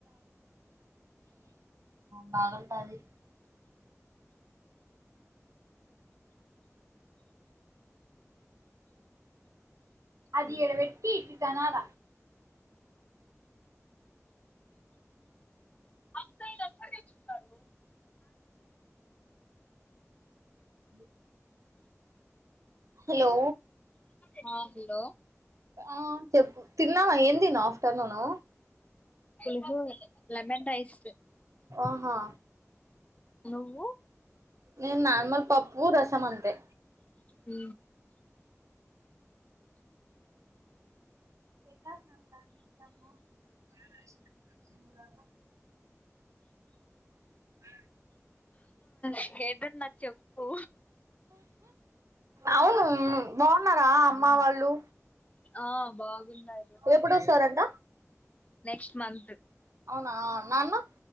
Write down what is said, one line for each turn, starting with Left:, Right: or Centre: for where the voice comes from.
Right: పగల్తాది అది
Left: ఉమ్.
Right: ఇడ వెట్టి ఇటణాల
Left: అక్క ఎక్కస్తున్నారు
Right: బ్ హలో
Left: హలో
Right: ఆ చెప్పు తిన్నావా ఏ తిను ఆఫ్టర్నూను
Left: <unintelligible> లెమన్ రైస్
Right: ఆహా
Left: నువ్వు
Right: నేను నార్మల్ పప్పు రస్ సమంతే
Left: ఊ
Right: ఏాదము <inaudible> అ
Left: స్కేటర్ నా చెప్పు
Right: అవును బాగున్నారా అమ్మ వాళ్ళు
Left: ఆ బాగున్నారు
Right: ఎప్పుడొస్తారంట
Left: నెక్స్ట్ మంత్
Right: అవునా నాన్న